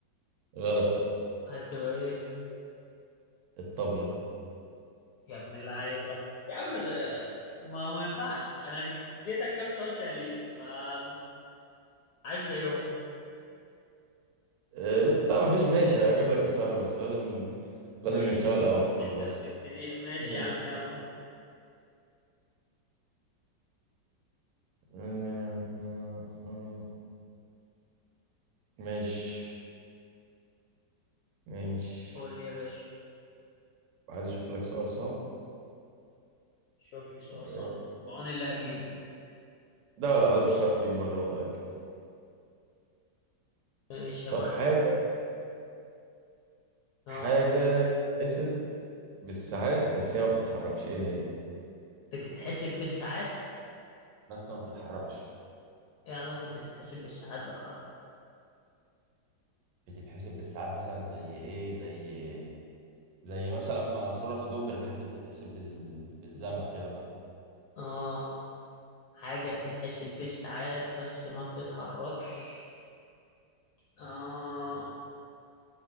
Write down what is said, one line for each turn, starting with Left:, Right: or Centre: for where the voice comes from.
Right: غلط
Left: هتبقى ايه
Right: الطبلة
Left: يا ابن اللعيبة يا عم ز- ما ما ينفعش انا اديتك كام سؤال سهلين فعايز زيهم
Right: إيه لا مفيش ماشي هجيب لك السهلة بس لازم
Left: ماشي
Right: لازم نتساوى الأول
Left: انت
Right: بس
Left: بتبتديها ماشي
Right: ماشي
Left: يا عم يلا
Right: آه، آه، آه. ماشي ماشي
Left: قول لي يا باشا
Right: عايز اشوف لك سؤال صعب
Left: شوف لي
Right: سؤال
Left: سؤال صعب بعون اللي هجيبه
Right: لا لا ده مش هتعرف تجيبه برضه انا متأكد
Left: ماشي يا
Right: طب
Left: معلم
Right: حاجة
Left: اه
Right: حاجة تتحسب بالساعات بس هي ما بتتحركش ايه هي
Left: بتتحسب بالساعات
Right: بس ما بتتحركش
Left: ايه علاقة بتتحسب بالساعات بالحركة
Right: بتتحسب بالساعات مثلا زي ايه زي زي مثلا ما سرعة الضوء بتتحسب بتتحسب بال... بالزمن
Left: ب...
Right: كده مثلا
Left: اه حاجة بتتحسب بالساعات بس ما بتتحركش اه